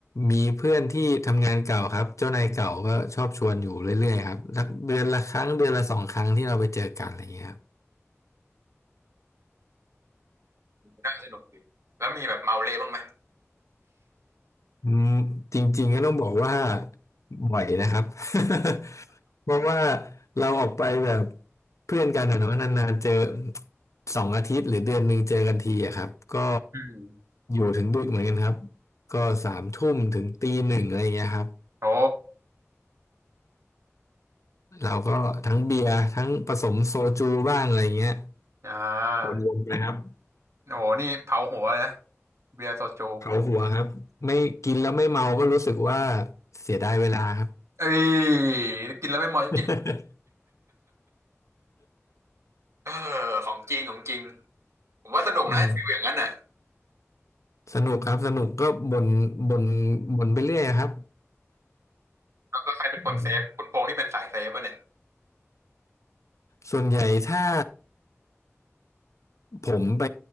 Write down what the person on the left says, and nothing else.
มีเพื่อนที่ทำงานเก่าครับเจ้านายเก่าก็ชอบชวนอยู่เรื่อยๆครับสักเดือนละครั้งเดือนละสองครั้งที่เราไปเจอกันอะไรเงี้ยครับ
อืมจริงๆก็ต้องบอกว่าบ่อยนะครับ <laughs> เพราะว่าเราออกไปแบบเพื่อนกันอะเนาะนานๆเจอสองอาทิตย์หรือเดือนหนึ่งเจอกันทีอะครับก็
อยู่ถึงดึกเหมือนกันครับก็สามทุ่มถึงตีหนึ่งอะไรอย่างเงี้ยครับ
เราก็ทั้งเบียร์ทั้งผสมโซจูบ้างอะไรอย่างเงี้ย
วนๆนะครับ
เผาหัวครับไม่กินแล้วไม่เมาก็รู้สึกว่าเสียดายเวลาครับ
<laughs>
อืม สนุกครับสนุกก็บ่นบ่นบ่นไปเรื่อยครับ
อืมส่วนใหญ่ถ้าผมไป